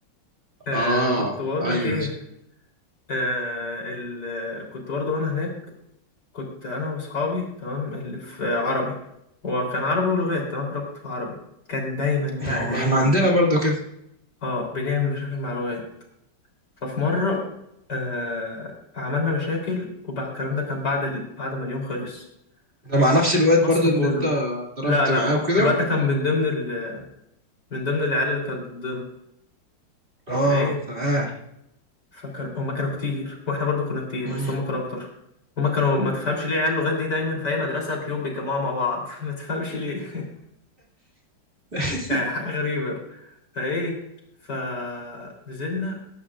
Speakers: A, on the left (about 65°); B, on the right (about 30°).
A: آه
B: اه
A: كنت بقول
B: ايوه
A: لك ايه آه ال... كنت برضو وانا هناك كنت انا واصحابي تمام اللي في عربي هو كان عربي ولغات تمام فانا كنت في عربي كان دايما بقى
B: ما
A: دايما
B: احنا عندنا برضو كده
A: اه بنعمل مشاكل مع لغات ففي مره آه عملنا مشاكل وبعد الكلام ده كان بعد ال... بعد ما اليوم خلص
B: ده مع نفس
A: كان
B: الواد
A: الفصل
B: برضو اللي
A: كله
B: انت ضربت
A: لا لا
B: معاه وكده
A: الواد ده كان من ضمن ال... من ضمن العيال اللي كانت ضدنا
B: اه
A: فايه
B: تمام
A: فكانوا هما كانوا كتير واحنا برضو كنا كتير
B: مم.
A: بس هما كانوا اكتر هما كانوا ما تفهمش ليه عيال لغات دي دايما في اي مدرسه بتلاقيهم بيتجمعوا مع بعض <laughs> ما تفهمش ليه <laughs>
B: <laughs>
A: يعني حاجه غريبه فايه فنزلنا